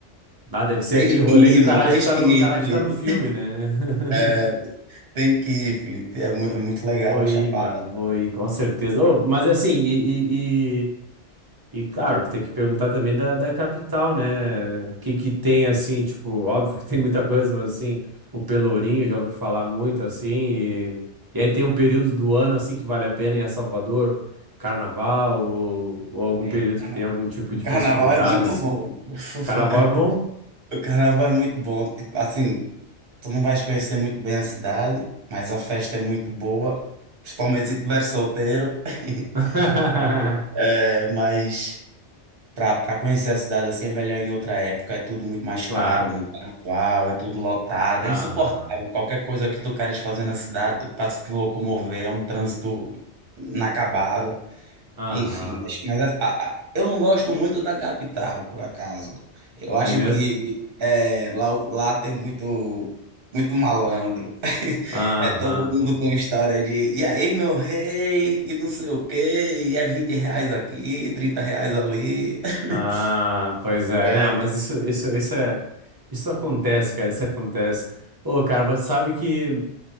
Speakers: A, on the right (about 20°); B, on the right (about 55°).
A: Ah, deve ser
B: Tens
A: aquele
B: que
A: rolê
B: ir,
A: que o
B: irmão,
A: cara
B: tens
A: acha que tá
B: que
A: no,
B: ir,
A: o cara
B: Felipe.
A: acha que tá no filme, né? <laughs>
B: É, Tem que ir, Felipe. É, mu- é muito legal
A: Vou
B: a
A: ir,
B: Chapada.
A: mano. Vou ir, com certeza. Ô, mas é assim, e, E, claro, tem que perguntar também da, da capital, né? O que que tem, assim, tipo, óbvio que <laughs> tem muita coisa, mas, assim, o Pelourinho, já ouvi falar muito, assim, e, e aí tem um período do ano, assim, que vale a pena ir a Salvador, carnaval, ou, ou algum
B: É,
A: período
B: o carna-
A: que tem algum tipo
B: o
A: de
B: carnaval
A: festividade,
B: é muito
A: assim.
B: bom. <laughs>
A: Carnaval é bom?
B: O carnaval é muito bom. Tipo, assim, tu não vais conhecer muito bem a cidade, mas a festa é muito boa, principalmente se estiver solteiro. <laughs>
A: <laughs>
B: Mas, é, mas para para conhecer a cidade assim é melhor em outra época, é tudo muito mais
A: Claro.
B: caro no carnaval, é tudo lotado,
A: Aham.
B: é insuportável. Qualquer coisa que tu queres fazer na cidade, tu tá se locomover, é um trânsito inacabado.
A: Aham.
B: Enfim, mas, mas a- a- a- eu não gosto muito da capital, por acaso. Eu acho
A: É mesmo?
B: que é, lá, lá tem muito, muito malandro. <laughs>
A: Aham.
B: É todo mundo com história de e aí, meu rei, e não sei o quê, e é 20 reais aqui, 30 reais ali. <laughs>
A: Ah, pois é.
B: É,
A: Não, mas isso, isso, isso é, isso acontece, cara. Isso acontece. Ô, cara, mas sabe que